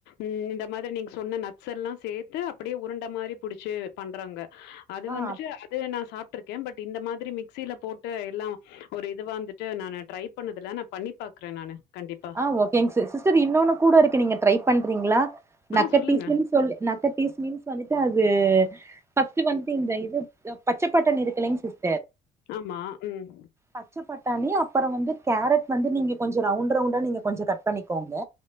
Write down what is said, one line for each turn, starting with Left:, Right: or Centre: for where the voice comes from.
Left: ம் இந்த மாதிரி நீங்க சொன்ன நட்ஸ்ஸெல்லா சேத்து அப்படியே உருண்ட மாதிரி புடிச்சு பண்றாங்க அது
Right: ஆ
Left: வந்துட்டு அதே நான் சாப் இருக்கேன் பட் இந்த மாதிரி மிக்ஸில போட்டு எல்லா ஒரு இதுவா வந்துட்டு நானு ட்ரை பண்ணதில்ல நா பண்ணி பாக்குறே நானு கண்டிப்பா.
Right: ஆ ஓகேங்க சிஸ் சிஸ்டர் இன்னொன்னு கூட இருக்கு நீங்க ட்ரை பண்றீங்களா நக்கட்டீஸ்ன்னு
Left: ஆ சொல்லுங்க.
Right: சொல்லி நக்கட்டீஸ் மீன்ஸ் வந்துட்டு அது ஃபஸ்ட் வந்துட்டு இந்த இது <unintelligible> பச்சப்பட்டாணி இருக்கல சிஸ்
Left: ஆமா ம்
Right: பச்ச பட்டாணி அப்பற வந்து கேரட் வந்து நீங்க கொஞ்சோ ரவுண்ட் ரவுண்ட் <unintelligible> நீங்க கொஞ்சோ கட் பண்ணிக்கோங்